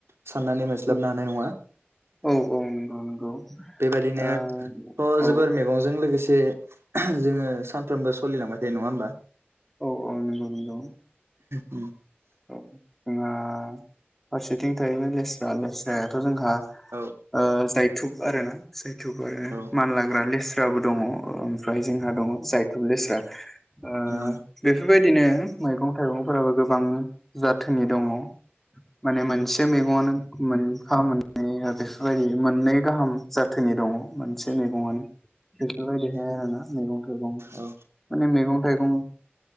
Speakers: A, on the right; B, in the centre.
A: साननानै मोनस्लाबनो
B: औ
A: हानाय नङा
B: औ औ नंगौ नंगौ
A: बेबायदिनो
B: ओ
A: थ जोबोर
B: औ
A: मैगंजों लोगोसे जोङो सानफ्रोमबो सलिलांबाय थायो नङा होमबा
B: औ औ नंगौ नंगौ
A: उम
B: औ जोंहा फारसेथिं थाहैबाय लेस्रा लेस्रायाथ' जोंहा
A: औ
B: ओ जायथुब आरोना जायथुब आरो
A: औ
B: मानलाग्रा लेस्राबो दङ ओमफ्राय जोंहा दङ जायथुब लेस्रा ओ
A: उम
B: बेफोरबायदिनो मैगं-थाइगं फोराबो गोबां जाथोनि दङ माने मोनसे मेगं खौनो मोनफा मोननैया बेफोरबादि मोननै गाहाम जाथोनि दङ मोनसे मैगंआनो बेफोरबायदिहाय आरोना मैगं मेगं
A: औ ओ
B: माने मैगं-थाइगं